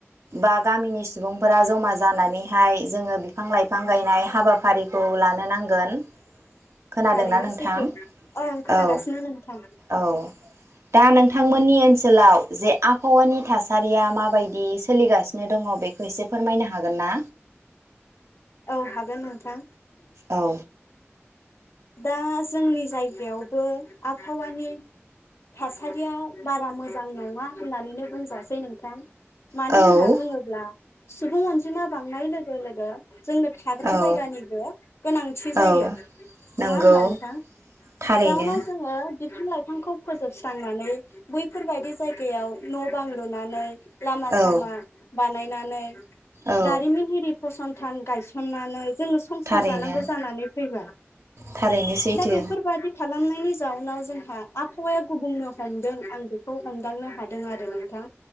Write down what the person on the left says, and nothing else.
थारैनो
सैथो ओं खोनागासिनो
नोंथां
औ हागोन नोंथां
दा जोंनि जायगायावबो आबहावानि थासारिया बारा मोजां नङा होननानैनो बुंजासै नोंथां मानो
होनना बुङोब्ला सुबुं अनजिमा बांनाय लोगो लोगो जोंनो थाग्रा
जायगानिबो गोनांथि जायो
नङा होनबा नोंथां
जाउनाव जोङो बिफां लाइ बिफांखौ फोजोबस्रांनानै बैफोर बायदि जायगायाव न' बां लुनानै लामा सामा
बानाय फायनानै
दारिम हिरि फसंथान गायसननानै जोङो संसार
जानांगौ जानानै फैबाय
दा बेफोरबादि खालामनायनि जाउनाव जोंहा आबहावाया गुबुंनो हमदों आं बेखौ हमदांनो हादों आरो नोंथां